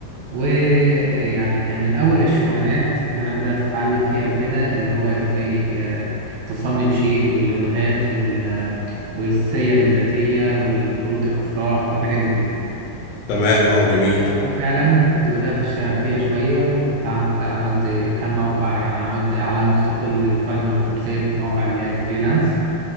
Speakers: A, on the right; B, on the left.
A: ويعني كان من اول الشغلانات اللي انا بدات اتعلم فيها وكده اللي هو زي آه، تصمم شيء واللوجوهات وال آه، والسير الذاتيه والكروت الافراح والحاجات دي كلها
B: تمام اه جميل
A: وفعلا كنت بدأت أشتغل فيها شوية وكنت عملت عملت كم موقع يعني عملت على مستقل وفايبر وخمسات مواقع اللي هي الفريلانس